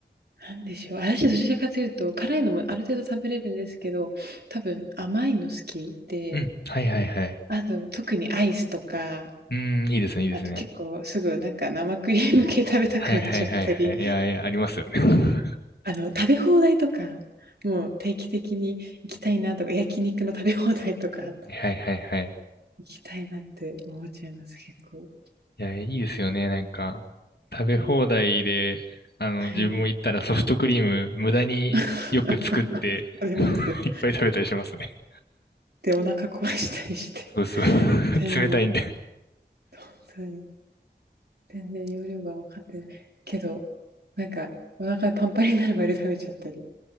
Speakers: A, on the right; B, on the left.
A: なんでしょう。私どちらかというと、辛いのもある程度食べれるんですけど、多分甘いの好きで、
B: うん。はいはいはい。
A: あと特にアイスとか、
B: うん、いいですね、いいですね。
A: あと結構すぐなんか生クリーム系食べたくなっちゃったり、
B: はいはいはいはい。いやいや、ありますよね。<laughs>
A: あの、食べ放題とか、もう定期的に行きたいなとか、焼肉の食べ放題とか、あと
B: はいはいはいはい。
A: 行きたいなって思っちゃいます、結構。
B: いや、いいですよね。なんか、食べ放題で、あの、
A: はい。
B: 自分も行ったらソフトクリーム無駄によく作って、
A: <laughs> 食べます。
B: <laughs> いっぱい食べたりしますね。
A: で、お腹壊したりして、
B: そうそう。<laughs>
A: みたいな。
B: 冷たいんで。
A: 本当に。全然容量が分かってない。けど、なんか、お腹パンパンになるまで食べちゃったり